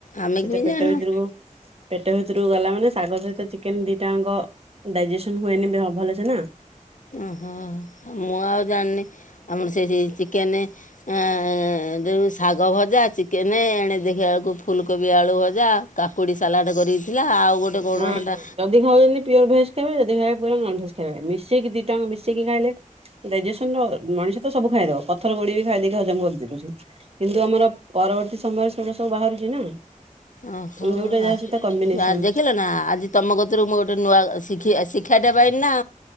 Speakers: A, on the left; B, on the right.
A: ଆମେ
B: ସେଟା
A: କେମିତି
B: ପେଟ
A: ଜାଣିନୁ
B: ଭିତୁରୁକୁ ପେଟ ଭିତରୁକୁ ଗଲା ମାନେ ଶାଗ ସହିତ ଚିକେନ ଦିଟାଙ୍କ ଡାଇଜେସନ ହୁଏନି ଭଲ। ଛ ନା।
A: ଓହୋ ମୁଁ ଆଉ ଜାଣିନି। ଆମର ସେଠ ଚିକେନ ଏ ଯେଉ ଶାଗ ଭଜା ଚିକେନେ ଏଣେ ଦେଖିବା ବେଳକୁ ଫୁଲକୋବି ଆଳୁ ଭଜା। କାକୁଡି ସାଲାଡ କରଥିଲା। ଆଉ ଗୋଟେ କଣ
B: ନାଇଁ
A: ହେଟା
B: ନାଇଁ ଯଦି ଖାଇବେ ପିଅର ଭେଜ ଖାଇବେ। ଯଦି ଖାଇବେ ପୁରା ନନଭେଜ ଖାଇବେ। ମିଶିକି ଟଙ୍କ ମିଶିକି ଖାଇଲେ ଡାଇଜେସନ ର ମଣିଷ ସବୁ ଖାଇଦବ। ପଥର ଗୁଡି ବି ଖାଇଦକି ହଜମ କରିଦଉଛି। କିନ୍ତୁ ଆମର ପରବର୍ତ୍ତୀ ସମୟରେ ସେଟା ସବୁ ବାହାରୁଛି ନା।
A: ଓହୋ
B: ଯୋଉଟା ଯାହା ସହିତ କମ୍ବିନେସନ
A: ଦେଖିଲ ନା ଆଜି ତମ କତରୁ ମୁଁ ଗୋଟେ ନୂଆ ଶି ଶିକ୍ଷାଟା ପାଇଁ ନା?